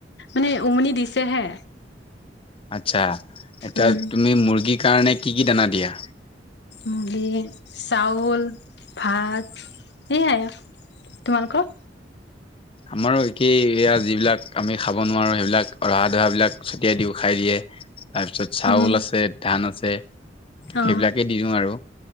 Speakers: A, on the left; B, on the left.
A: মানে উমনি দিছেহে।
B: আচ্ছা এতিয়া
A: উম,
B: তুমি মুৰ্গীৰ কাৰণে কি কি দানা দিয়া।
A: মুৰি চাউল ভাত সেয়াই। তোমালোকৰ।
B: আমাৰো একেই। <unintelligible> যিবিলাক আমি খাব নোৱাৰো সেইবিলাক ৰহা ধহাবিলাক ছটিয়াই দিওঁ খাই দিয়ে। তাৰপিছত চাউল
A: উম,
B: আছে ধান আছে
A: অ'।
B: সেইবিলাকেই দি দিওঁ আৰু।